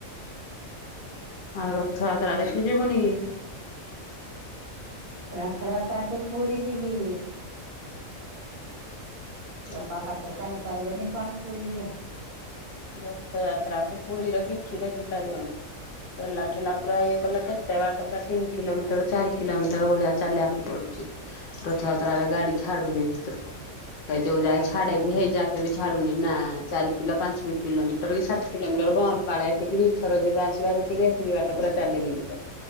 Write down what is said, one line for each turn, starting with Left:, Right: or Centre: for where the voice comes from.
Left: ଆଉ ରଥଯାତ୍ରା ଦେଖି ଯିବୁନି କି?
Right: ରଥଯାତ୍ରା କୁ ପୁରୀ ଯିବି।
Left: ଆଉ
Right: ତୋ ପାପା ତ ଚାଲି ପାରିବେନି କଣ ପୁରୀ ଯିବେ?
Left: ରଥଯାତ୍ରା କୁ ପୁରୀର କିଛି ଦେଖି ପାରିବନି। ପେଲାଠେଲା ପୁରା ଇଏ କଲେ କେତେ ବାଟ ପୁରା ତିନି କିଲୋମିଟର ଚାରି କିଲୋମିଟର ଭଳିଆ ଚାଲିବାକୁ ପଡୁଛି ରଥଯାତ୍ରରେ ଗାଡି ଛାଡୁନି ଭିତରକୁ ଯୋଉ ଯାଏ
Right: ଗାଡି
Left: ଛାଡେ
Right: ଛାଡୁନି।
Left: ବି ହେଇଯା କେବେ ଛାଡୁନି ନା ଚାରି କିଲୋ ପାଞ୍ଚ ମି କିଲୋମିଟର ସାତ କିଲୋମିଟର ବଂରପାଳ ଏତିକି ଦିଇଥର ଯିବା ଆସିବା ଯେତିକି ଏତିକି ବାଟ ପରା ଚାଲିକି ଯିବ।